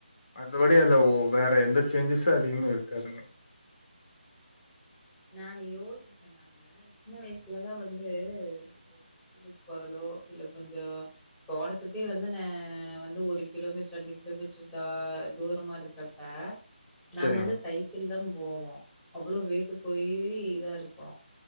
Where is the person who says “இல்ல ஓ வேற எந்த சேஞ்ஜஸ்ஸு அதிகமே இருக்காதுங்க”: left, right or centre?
Left